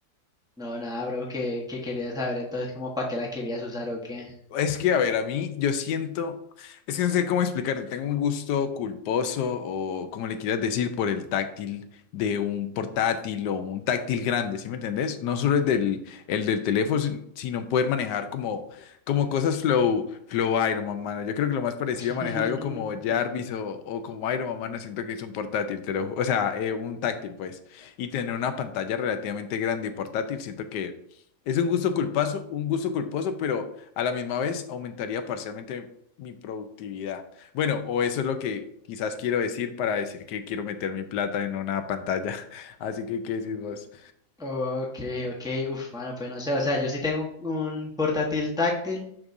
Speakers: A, in the centre; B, on the left (about 85°).
A: no, nada, bro, que, que quería saber entonces como para qué la querías usar o qué.
B: Es que, a ver, a mí yo siento, es que no sé cómo explicarte, tengo un gusto culposo o como le quieras decir por el táctil de un portátil o un táctil grande, ¿sí me entendés? No solo el del, el del teléfono, sin- sino poder manejar como, como cosas flow, flow Iron Man, mano. Yo creo que lo más parecido
A: <laughs>
B: a manejar algo como Jarvis o, o como Iron Man, mano, siento que es un portátil, te lo ju- o sea, eh, un táctil, pues. Y tener una pantalla relativamente grande y portátil, siento que es un gusto culposo un gusto culposo, pero a la misma vez, aumentaría parcialmente mi productividad. Bueno, o eso es lo que quizás quiero decir para decir que quiero meter mi plata en una pantalla. <laughs> Así que, ¿qué decís vos?
A: Ok, ok, uf, bueno pues no sé, o sea, yo sí tengo un, un portátil táctil